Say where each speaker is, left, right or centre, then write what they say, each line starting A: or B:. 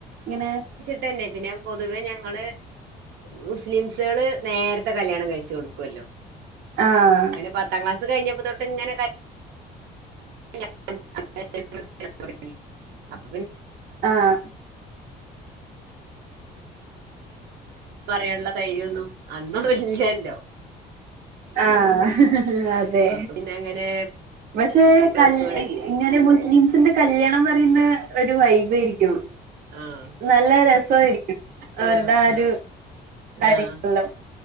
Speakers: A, on the right (about 55°); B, on the right (about 85°).
A: ഇങ്ങനെ
B: ന്നെ പിന്നെ പൊതുവെ ഞങ്ങള്മുസ് മുസ്ലിംസുകള് നേരത്തെ കല്യാണം കഴിച്ച കൊടുക്കുമല്ലോ
A: ആഹ്
B: അങ്ങനെ പത്താം ക്ലാസ് കഴഞ്ഞപ്പോ തട്ട് ഇങ്ങന <unintelligible> <unintelligible> ദ
A: ആഹ്
B: യ്ര്യൊന്നും അന്നൊന്ന ഇല്ലല്ലോ
A: ആഹ അതെ
B: അപ്പൊ പിന്നെ അങ്ങനെ
A: പക്ഷെ
B: പ്ലസ്
A: കല്
B: വൺ
A: ഇങ്ങനെ മുസ്ലിംസിന്റെ കല്യാണം പറയുന്ന ഒരു വൈബ് ആയിരിക്കും
B: ആഹ്
A: നല്ല രസമായിരിക്കും അവരുടെ
B: ആഹ്
A: ആ ഒരു
B: ആഹ്
A: കാര്യങ്ങളെല്ലാം
B: ആഹ്